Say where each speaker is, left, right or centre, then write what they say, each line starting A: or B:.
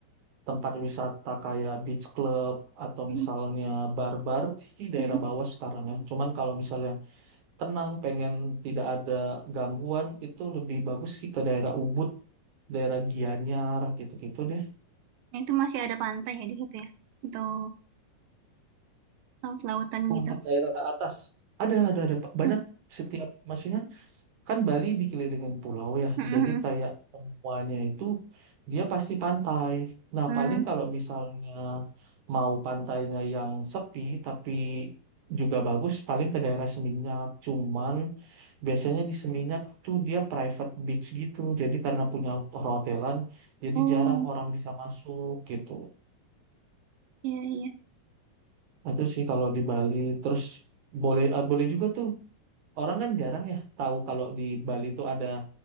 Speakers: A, on the right (about 65°); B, on the right (about 80°).
A: tempat wisata kayak beach club atau
B: Hmm.
A: misalnya bar-bar di daerah
B: Hmm.
A: bawah sekarang ya. Cuman kalau misalnya tenang, pengen tidak ada gangguan itu lebih bagus sih ke daerah Ubud, daerah Gianyar gitu-gitu deh.
B: Nah, itu masih ada pantai ya di situ ya, atau laut-lautan gitu.
A: Untuk daerah atas ada ada ada Pak. banyak
B: Hmm.
A: setiap maksudnya kan Bali dikelilingin pulau ya,
B: Hmm. hmm,
A: jadi
B: hmm.
A: kayak semuanya itu dia pasti pantai. Nah,
B: Hmm.
A: paling kalau misalnya mau pantainya yang sepi tapi juga bagus, paling ke daerah Seminyak. Cuman biasanya di Seminyak tuh dia private beach gitu, jadi karena punya perhotelan, jadi
B: Oh
A: jarang orang bisa masuk gitu.
B: iya iya.
A: Nah, Itu sih kalau di Bali, terus boleh ah, boleh juga tuh. Orang kan jarang ya tahu kalau di Bali tuh ada